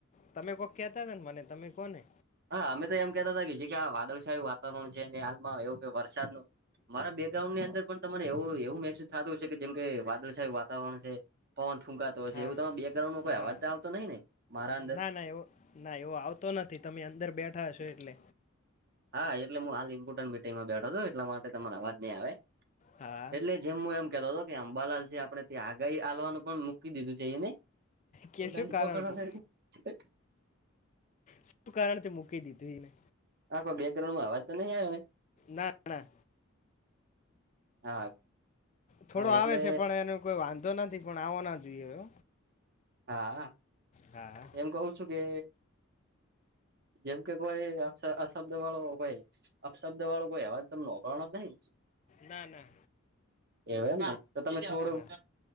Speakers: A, on the left; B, on the right.
A: તમે કોઈ કહેતા હતા ને મને તમે કોને
B: હા અમે તો એમ કેહેતા હતા કે જે કે આ વાદળછાયું વાતાવરણ છે અને હાલમાં એવું કે વરસાદ નુ મારા બેકગ્રાઉન્ડ ની અંદર પણ તને એવું એવું મહેસુસ થતું હ છે કે જેમ કે વાદળછાય વાતાવરણ છે. પવન ફૂંકાતો હોય છે
A: હા
B: એવું તમે બેકગ્રાન્ડો કોઈ
A: હા
B: અવાજ આવતો નહીિ નને મારા અંદર
A: ના ના એવો. ના એવો આવતો નથી તમે અંદર બેઠા હ છો એટલે
B: હા એટલે હું હાલ ઇમ્પોર્ટન્ટ મિટિંગમાં બેઠો છ એટલા માટે તમાર અવાજ નહીં આવે
A: હા
B: એટલે જ જેમું એમ કેતો હતો કે અંબાલાલ છે આપડણે ત્યાં આગા હલવાનું પણ મૂકી દીધું છે એને
A: કે
B: તો દં
A: શું કારણથી
B: પકડ સારી એ.
A: શ કારણ તે મુકે દીધુંને
B: હા કોઈ બે કરોડમાં અવાજ તો નહીં આવેવે
A: હા હા
B: હા.
A: થોડો
B: હા
A: આવે
B: એટલે
A: છે પણ એનો કોઈ વાંધો નથી પણ આવો ના જોઈએ એ.
B: હા.
A: હા.
B: હું કઉ છું કે જેમ કે કોઈ આ શબ્દ વાળો મોબાઇલ. અપશબ્દ વાળો કોઈ અવાજ તમને નોકરનો જ નહી
A: ના ના
B: એ તો તમે થોડુંક
A: હા